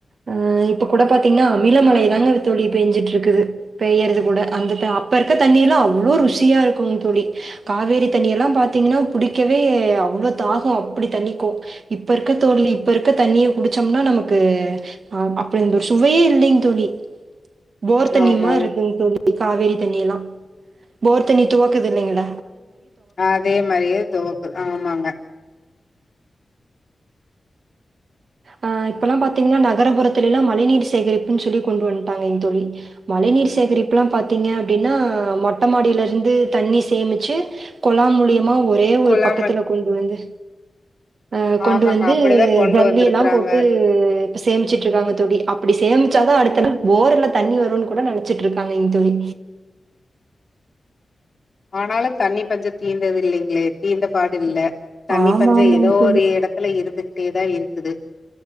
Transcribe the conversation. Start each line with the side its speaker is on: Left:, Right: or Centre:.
Right: ஆ இப்போ கூட பாத்தீங்கன்னா மில மலை தாங்கத்தோழி பேஞ்சிட்டுருக்குது பெய்யறது கூட அந்தத்து அப்பருக்க தண்ணில்லா அவ்ளோ ருசியா இருக்கு தோழி காவேரி தண்ணி எல்லா பாத்தீங்கன்னா புடிக்கவே அவ்ளோ தாகோ அப்டி தணிக்கு இப்பருக்கு தோழி இப்பர் து தண்ணிய குடிச்சோம்னா நமக்கு ஆ அப்டிந்த சுவையே இல்லிங் தோழி போர் தண்ணிமார்
Left: ஆமா
Right: இருக்குங் தோழி காவேரி தண்ணி எல்லா போர் தண்ணி துவக்குது இல்லைங்கள
Left: அதே மாரியே துவக்கு ஆமாங்க
Right: ஆ இப்பல்லா பாத்தீங்கன்னா நகரபுறத்துலிலா மழைநீர் சேகரிப்புன் சொல்லி கொண்டு வன்டாகைங் தோழி மழை நீீர் சேகரிப்புலா பாத்தீங்க அப்டின்னா மொட்ட மாடிலருந்து தண்ணி சேமிச்சு கொலா மூலியமா ஒரே ஒரு
Left: குழாம
Right: பக்கத்துல கொண்டு வந்து அ கொண்டு
Left: ஆமாங்க
Right: வந்து
Left: அப்படிதா கொண்டு
Right: ஜல்லி
Left: வந்திருக்கறாங்க
Right: எல்லா போட்டு சேமிச்சுட்ருக்காங்க தோழி அப்டி சேமிச்சாதா அடுத்தகல் போருல தண்ணி வருன்னு கூட நனைச்சிட்ருக்காகைங் தோழி
Left: ஆனாலு தண்ணி பஞ்ச தீந்தது இல்லைங்ளே தீந்த பாடு இல்ல தண்ணி
Right: ஆமா,
Left: பஞ்ச
Right: ஆமாங்க
Left: ஏதோ
Right: தோழி.
Left: ஒரு எட தில இருந்துக்ட்டேதா இருக்குது